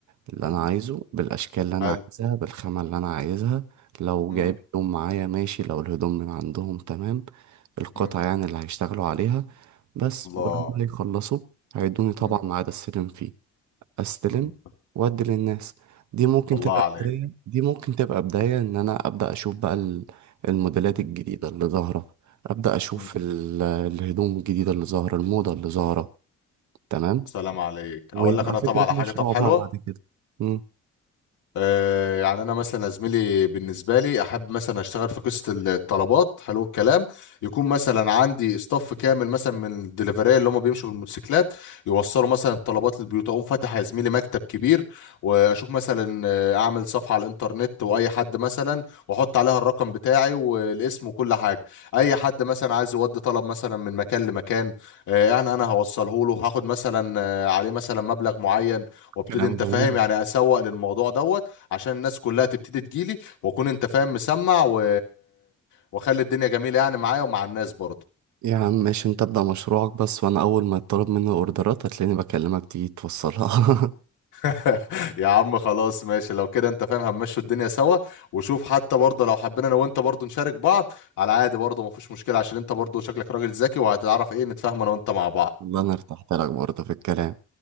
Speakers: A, on the right; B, on the left.
A: اللي أنا
B: مم.
A: عايزه بالأشكال اللي أنا
B: حلو
A: عايزها بالخامة اللي أنا عايزها لو
B: مم.
A: جايب هدوم معايا ماشي لو الهدوم من عندهم تمام القطع
B: مم.
A: يعني اللي هيشتغلوا عليها بس
B: الله
A: ولما يخلصوا هيدوني طبعا
B: مم.
A: ميعاد أستلم فيه استلم
B: مم.
A: وادي للناس دي ممكن
B: الله
A: تبقى
B: عليك
A: بداية دي ممكن تبقى بداية ان انا ابدا اشوف بقى ال- الموديلات
B: مم.
A: الجديدة اللي ظاهرة ابدا اشوف
B: مم.
A: ال- الهدوم الجديدة اللي ظاهرة الموضة اللي ظاهرة تمام
B: سلام عليك
A: ويبقى
B: اقول لك انا
A: فكرة
B: طبعا على
A: مشروع
B: حاجه طب حلوه
A: بقى بعد كده مم.
B: آه، يعني انا مثلا يا زميلي بالنسبه لي احب مثلا اشتغل في قصه الطلبات حلو الكلام يكون مثلا عندي استاف كامل مثلا من الدليفريه اللي هم بيمشوا بالموتوسيكلات يوصلوا مثلا الطلبات للبيوت اقوم فاتح يا زميلي مكتب كبير واشوف مثلا آه، اعمل صفحه على الانترنت واي حد مثلا واحط عليها الرقم بتاعي والاسم وكل حاجه اي حد مثلا عايز يودي طلب مثلا من مكان لمكان آه، انا انا هوصله له هاخد مثلا آه، عليه مثلا مبلغ معين وابتدي
A: كلام
B: انت
A: جميل
B: فاهم يعني اسوق للموضوع دوت عشان الناس كلها تبتدي تجيلي واكون انت فاهم مسمع و... واخلي الدنيا جميله يعني معايا ومع الناس برضه
A: يا عم ماشي انت ابدا مشروعك بس وانا اول ما يطلب مني اوردرات هتلاقيني بكلمك تيجي توصلها
B: <laughs> يا عم خلاص ماشي لو كده انت فاهم هنمشوا الدنيا سوا وشوف حتى برضه لو حبينا انا وانت برضه نشارك بعض على عادي برضه مفيش مشكله عشان انت برضه شكلك راجل ذكي وهتعرف ايه نتفاهم انا وانت مع
A: <laughs>
B: بعض
A: والله انا ارتحت لك برضه في الكلام